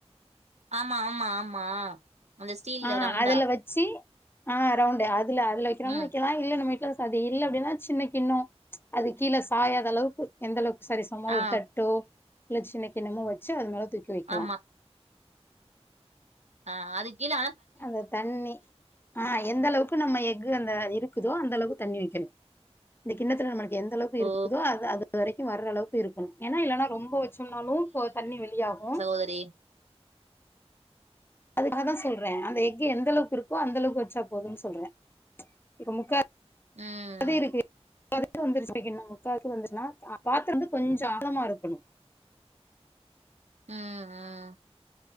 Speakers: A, on the right; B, on the left.
A: ஆமா ஆமா ஆமா அந்த ஸ்டீல்ல
B: ஆ
A: ரவுண்டா
B: அதுல வெச்சி ஆ ரவுண்டு அதுல அதுல வெக்கிறலு
A: ம்
B: வெக்கலா இல்ல நம்ம வீட்ல எதா வது இல்லப்டீன்னா சின்ன கிண்ணோ அது கீழ சாயாத அளவுக்கு எந்தளவுக்கு சரிசமா
A: ஆ
B: ஒரு தட்டோ இல்ல சின்ன கிண்ணமோ வெச்சு அது மேலே தூக்கி வெக்கலா
A: ஆமா ஆ அதுக்கீழ
B: அவ்ளோ தண்ணி ஆ எந்தளவுக் க்கு நம்ம எஃகு அந்த இருக்குதோ அந்த அளவுக்கு தண்ணி வெக்கணோ இந்த கிண்ணத்துல நம்ம எந்தளவுக்கு இருக்குதோ
A: ஓ
B: அது அது வரிக்கோ வர்ரளவுக்கு இருக்கணோ ஏனா இல்லன்னா ரொம்ப வ ச்சன்னாலு பொ தண்ணி வெளியாகோ
A: செரி
B: அதுக்காகதா சொல்றே அந்த எஃகு எந்தளவுக்கு இருக்கோ அந்தளவுக்கு வெச்சா போதோன்னு சொல்ற இப்போ முக்கா
A: ம்
B: அது இருக்கு லு இதுக்கு வந்துருச்சுனா முக்காவுக்கு வந்துச்சன்னா பாத்தரந்து கொஞ்ச ஆகழாமாருக்கணு
A: ம் ம்